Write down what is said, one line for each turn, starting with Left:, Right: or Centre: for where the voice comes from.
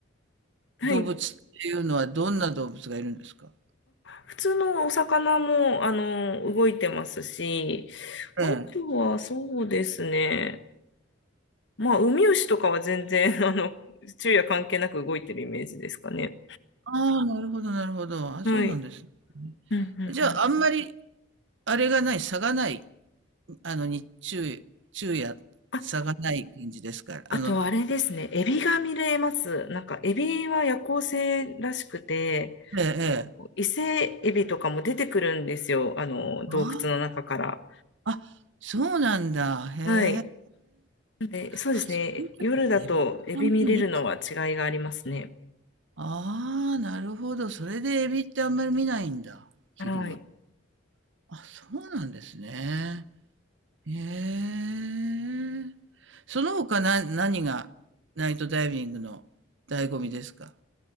Left: はい
Right: 動物っていうのはどんな動物がいるんですか
Left: 普通のお魚も、あの、動いてますし、あとはそうですね。
Right: ええ。
Left: まあ、ウミウシとかは全然、<laughs> あの、昼夜関係なく動いてるイメージですかね。
Right: ああ、なるほど、なるほど。あ、
Left: はい。
Right: そうなんですね。
Left: うんうんうん。
Right: じゃあ、あんまり、あれがない、差がない、あの、日中、昼夜、
Left: あ、
Right: 差がない感じですから。
Left: あとあれですね。
Right: あの、
Left: エビが見れます。なんか、エビは夜行性らしくて、
Right: ええ、ええ。
Left: あの、伊勢エビとかも出てくるんですよ。あの、洞窟の中から。
Right: ああ、そうなんだ。へえ。
Left: はい。で、そうですね。
Right: あ、そういえばエビってあんまり見た
Left: 夜だとエビ見れるのは違いがありますね。
Right: ああ、なるほど。それでエビってあんまり見ないんだ。昼間。
Left: はい。
Right: あ、そうなんですね。へえ。その他な、何がナイトダイビングの醍醐味ですか